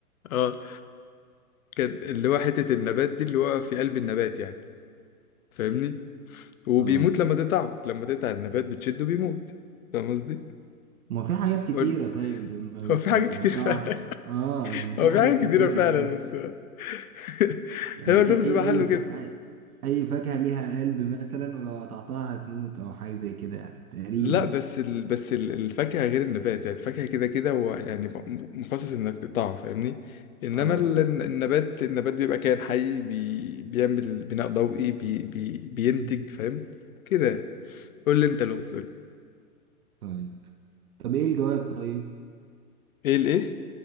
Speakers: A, on the left (about 65°); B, on the right (about 70°).
A: اه كان اللي هو حتة النبات دي اللي هو في قلب النبات يعني فاهمني وبيموت
B: اه
A: لما تقطعه لما تقطع النبات بتشده بيموت فاهم قصدي؟
B: ما في حاجات كتيرة
A: قول
B: طيب لما
A: <laughs> هو في
B: بتقطعها
A: حاجات كتير فعلا
B: اه
A: <laughs>
B: يعني في
A: هو
B: حاجات
A: في حاجات
B: كتيرة
A: كتيرة فعلا
B: أوي
A: بس <laughs>
B: يعني
A: هو اللغز
B: أي
A: محله
B: أي
A: كده
B: ف... أي أي فاكهة ليها قلب مثلا ولو قطعتها هتموت أو حاجة زي كده يعني تقريبا
A: لا بس ال... بس ال- الفاكهة غير النبات يعني الفاكهة كده كده هو يعني م- مخصص انك تقطعه فاهمني انما
B: اه
A: ال- النبات النبات بيبقى كائن حي بي... بيعمل بناء ضوئي بي... بي... بينتج
B: مم.
A: فاهم كده يعني. قول لي انت لو سؤال
B: طيب طب إيه الجواب طيب؟
A: ايه الايه